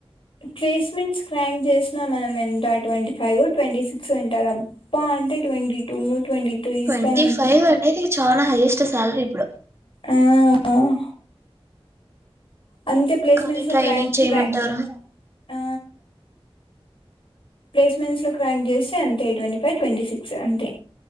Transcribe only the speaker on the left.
ప్లేస్మెంట్స్ క్రాక్ చేసినా మనం ఎంత ట్వంటీ ఫైవ్ ట్వంటీ సిక్స్ అంటారు అబ్బా అంటే ట్వంటీ టూ ను ట్వంటీ త్రీ ఇస్తానంటే
ఆ అవ్ అంతే ప్లేస్మెంట్స్
లో
<unintelligible>
ఆ ప్లేస్మెంట్స్ లో క్రాంగ్ చేస్తే అంతే ట్వంటీ ఫైవ్ ట్వంటీ సిక్స్ అంతే